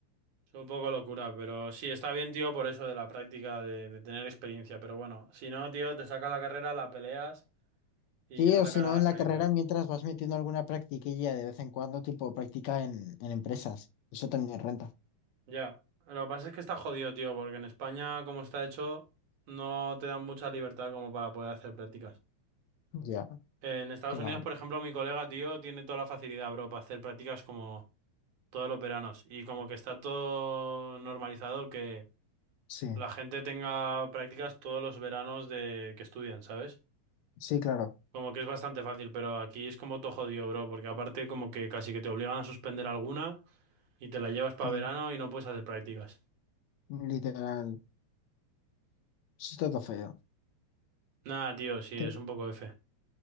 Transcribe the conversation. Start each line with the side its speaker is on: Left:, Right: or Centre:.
Right: es un poco locura, pero sí, está bien, tío, por eso de la práctica, de, de tener experiencia, pero bueno, si no, tío, te sacas la carrera, la peleas y
Left: Sí,
Right: ya
Left: o
Right: sacarás
Left: si no,
Right: la
Left: en
Right: experiencia.
Left: la carrera mientras vas metiendo alguna practiquilla de vez en cuando, tipo práctica en, en empresas. Eso también renta.
Right: Ya, lo que pasa es que está jodido, tío, porque en España, como está hecho, no te dan mucha libertad como para poder hacer prácticas.
Left: Ya,
Right: En Estados
Left: qué
Right: Unidos,
Left: mal.
Right: por ejemplo, mi colega, tío, tiene toda la facilidad, bro, para hacer prácticas como todos los veranos. Y como que está todo normalizado que
Left: Sí,
Right: la gente tenga prácticas todos los veranos de que estudian, ¿sabes?
Left: sí, claro.
Right: Como que es bastante fácil, pero aquí es como todo jodido, bro, porque aparte como que casi que te obligan a suspender alguna y te la llevas para
Left: Sí,
Right: verano y no puedes hacer prácticas.
Left: literal. Eso está todo feo.
Right: Nada, tío, sí,
Left: Te-
Right: es un poco F.